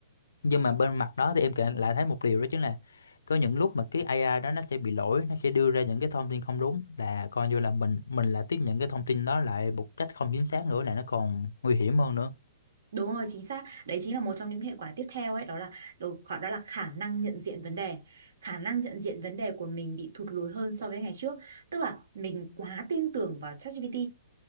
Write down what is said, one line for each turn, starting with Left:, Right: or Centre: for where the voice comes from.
Left: nhưng mà bên mặt đó thì em kể lại thấy một điều đó chính là có những lúc mà cái AI đó nó sẽ bị lỗi nó sẽ đưa ra những cái thông tin không đúng là coi như là mình mình là tiếp nhận cái thông tin đó lại một cách không chính xác nữa là nó còn nguy hiểm hơn nữa
Right: Đúng rồi, chính xác. Đấy chính là một trong những hệ quả tiếp theo ấy, đó là đồ khả- đó là khả năng nhận diện vấn đề. Khả năng nhận diện vấn đề của mình bị thụt lùi hơn so với ngày trước, tức là mình quá tin tưởng vào ChatGPT.